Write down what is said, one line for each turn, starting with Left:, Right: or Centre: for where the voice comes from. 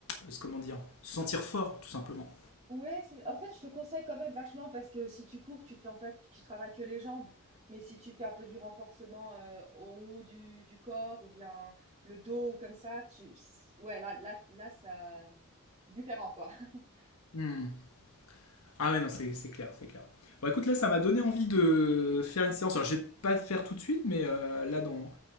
Left: euh, comment dire, se sentir fort, tout simplement.
Right: Ouais, c'est... en fait, je te conseille quand même vachement parce que si tu cours, tu fais en fait, tu travailles que les jambes. Mais si tu fais un peu du renforcement euh, au haut du, du corps ou bien le dos ou comme ça, tu... ouais, là, là, là, ça... c'est différent quoi. <laughs>
Left: Hmm. Ah ouais, non, c'est c'est clair, c'est clair. Bon, écoute, là, ça m'a donné envie de faire une séance. Alors, je vais pas le faire tout de suite, mais euh, là, dans,